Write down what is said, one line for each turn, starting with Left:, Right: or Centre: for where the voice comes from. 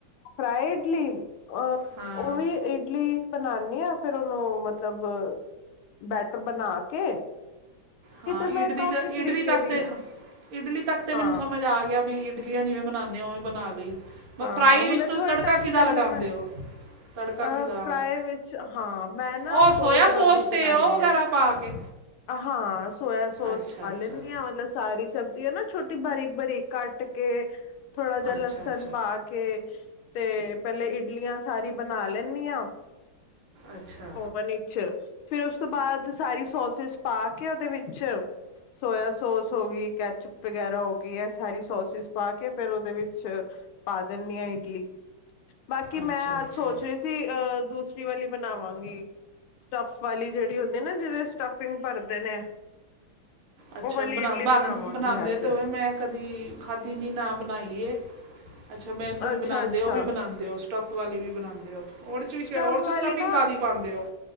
Left: ਫਰਾਏ ਇਡਲੀ ਅ
Right: ਹਾਂ
Left: ਓਵੀ ਇਡਲੀ ਬਨਾਨੀ ਆ ਫੇਰ ਉਨੂੰ ਮਤਲਬ ਬੈਟਰ ਬਨਾ ਕੇ
Right: ਹਾਂ,
Left: ਮੈਂ
Right: ਇਡਲੀ
Left: ਕਾਫੀ
Right: ਤੇ
Left: ਤਰੀਕੇ
Right: ਇਡਲੀ ਤੱਕ
Left: ਦੀ
Right: ਤੇ, ਇਡਲੀ ਤੱਕ ਤੇ ਮੈਨੂੰ
Left: ਹਾਂ
Right: ਸਮਝ ਆ ਗਿਆ ਵੀ ਇ ਇਡਲੀਆਂ ਜਿਵੇਂ ਬਨਾਨੇ ਆ ਉਵੇਂ ਬਨਾ ਲਈ। ਬਸ
Left: ਹਾਂ,
Right: ਫਰਾਈ
Left: ਹੁਣੇ
Right: ਵਿੱਚ ਤੁਸੀਂ
Left: ਥੋੜੇ
Right: ਤੜਕਾ
Left: ਟਾਈਮ
Right: ਕਿਹਦਾ
Left: ਪੈਲੇ
Right: ਲਗਾਉਂਦੇ
Left: ਮੈਂ
Right: ਹੋ ਤੜਕਾ
Left: ਅ
Right: ਕਿਹਦਾ
Left: ਫਰਾਏ ਵਿੱਚ, ਹਾਂ ਮੈਂ ਨਾ
Right: ਉਹ
Left: ਦੋ
Right: ਸੋਇਆ
Left: ਤਰ੍ਹਾਂ
Right: ਸੌਸ
Left: ਦੀ
Right: ਤੇ
Left: ਬਨਾਨੀ
Right: ਉਹ ਵਗੈਰਾ
Left: ਆ।
Right: ਪਾ ਕੇ
Left: ਹਾਂ, ਸੋਆ ਸੋਸ
Right: ਅੱਛਾ
Left: ਪਾ
Right: ਅੱਛਾ
Left: ਲੈਂਨੀ ਆ। ਮਤਲਬ ਸਾਰੀ ਸਬਜ਼ੀ ਐ ਨਾ ਛੋਟੀ ਬਾਰੀਕ-ਬਾਰੀਕ ਕੱਟ ਕੇ ਥੋੜਾ ਜਾ ਲਸਨ
Right: ਅੱਛਾ ਅੱਛਾ
Left: ਪਾ ਕੇ ਤੇ ਪੈਲੇ ਇਡਲੀਆਂ ਸਾਰੀ ਬਨਾ ਲੈਨੀ ਆ
Right: ਅੱਛਾ
Left: ਓਵਨ ਇਚ ਫਿਰ ਉਸ ਤੋਂ ਬਾਅਦ ਸਾਰੀ ਸੋਸਿਸ ਪਾ ਕੇ ਓਦੇ ਵਿੱਚ ਸੋਇਆ ਸੋਸ ਹੋ ਗੀ, ਕੈਚਪ ਵਗੈਰਾ ਹੋ ਗੀ ਐ ਸਾਰੀ ਸੋਸਿਸ ਪਾ ਕੇ ਫੇਰ ਓਦੇ ਵਿੱਚ ਪਾ ਦਿੰਨੀ ਆ ਇ ਇਡਲੀ। ਬਾਕੀ
Right: ਅੱਛਾ
Left: ਮੈਂ ਅੱਜ
Right: ਅੱਛਾ
Left: ਸੋਚ ਰੀ ਸੀ ਅ ਦੂਸਰੀ ਵਾਲੀ ਬਨਾਵਾਂਗੀ। ਸਟੱਫ ਵਾਲੀ ਜੇੜੀ ਹੁੰਦੀ ਏ ਨਾ ਜਿਦੇ ਚ ਸਟੱਫਿੰਗ ਭਰਦੇ ਨੇ।
Right: ਅੱਛਾ
Left: ਉਹ ਵਾਲੀ
Right: ਬਣਾ,
Left: ਇਡਲੀ
Right: ਬਨ-ਬਨਾਂਦੇ
Left: ਬਣਾਵਾਂਗੀ ਅੱਜ
Right: ਤੇ ਮੈਂ ਕਦੀ ਖਾਧੀ ਨੀ ਨਾ ਬਨਾਈ ਏ। ਅੱਛਾ ਮੇਨ ਤੁਸੀਂ
Left: ਅੱਛਾ
Right: ਬਨਾਂਦੇ
Left: ਅੱਛਾ
Right: ਓ ਵੀ ਬਨਾਂਦੇ ਓ ਸ ਸਟੱਫ ਵਾਲੀ ਵੀ ਬਨਾਂਦੇ ਓ, ਓਦੇ ਚ ਵੀ
Left: ਸਟਫ
Right: ਓਦੇ
Left: ਵਾਲੀ
Right: ਚ ਸਟੱਫਿੰਗ
Left: ਨਾ
Right: ਕਾਦੀ ਪਾਂਦੇ ਓ?